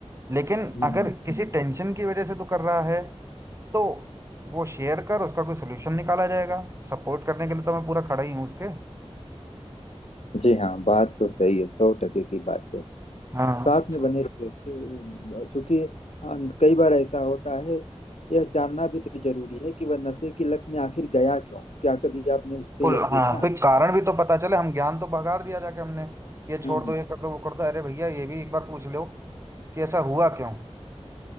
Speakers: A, on the right; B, on the left.
A: लेकिन
B: हम्म।
A: अगर किसी टेंशन की वजह से तू कर रहा है तो वो शेयर कर उसका कोई सोल्यूशन निकाला जाएगा सपोर्ट करने के लिए तो मैं पूरा खड़ा ही हूँ उसके
B: जी हाँ बात तो सही है सौ टके की बात है
A: हाँ
B: साथ में बने रहिए उसके चूंकि अ, कई बार ऐसा होता है यह जानना भी तो जरूरी है कि वह नशे की लत में आखिर गया क्यों क्या कभी आपने उससे
A: बिल्कुल
B: यह पूछा
A: हाँ फिर कारण भी तो पता चले हम ज्ञान तो भगाड़ दिया जाके हमने कि ये छोड़
B: हम्म
A: दो ये कर दो वो कर दो अरे भैया ये भी एक बार पूछ लो कि ऐसा हुआ क्यों